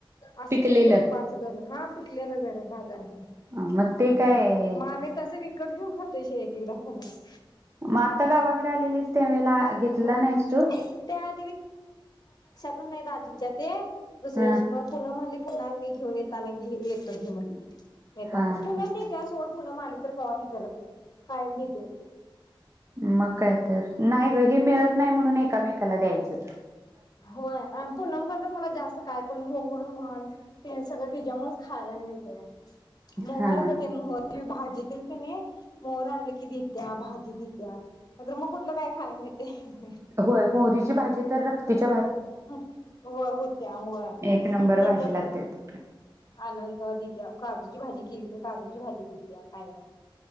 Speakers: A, on the left; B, on the right.
A: असे
B: पिकलेलं
A: विकत्यांत पाच गर हा पिकल्यालं गर बाजारातन
B: मग ते काय
A: मा आमी तस विक विकत घेऊन खातोय एक एकदा फणस
B: म आत्ता गावाकड आलेलीस त्या वेळेला घेतला
A: त्या
B: नाहीस तू
A: तस नाही दाजींच्या ते दुसऱ्यादिवशी
B: हा
A: माप म म्हणली पुन्हा मी घेऊन येतानी घेऊन येतो घे म्हणली. येताना
B: हा
A: पुनम
B: हा
A: देतिया सोड पुनम आली तर कवा हे करत नाही कायम देतिया ती
B: मग काय तर नाही ग हे मिळत नाही म्हणून एकामेकाला द्याय चं
A: होय आण पुणम कढणच मला जास्त काय पण मोहर म्हण तेण सगळं तिज्यामुळच खायला मिळतया. मोहर
B: हा
A: गं ते मोहरांची भाजी <unintelligible> मोहंर आणल की देतीया भा देतिया नायतर मग कुठलं काय खायाय मिळतय.
B: व्हय मोहरीची भाजी तर रक्तीची
A: व्हय होत्या व्हय
B: एक नंबर
A: देतिया
B: भाजी लागते
A: पुनम
B: ती पण
A: आणलं तर देतिया काजूची भाजी केली तर काजूची भाजी देतिया कायम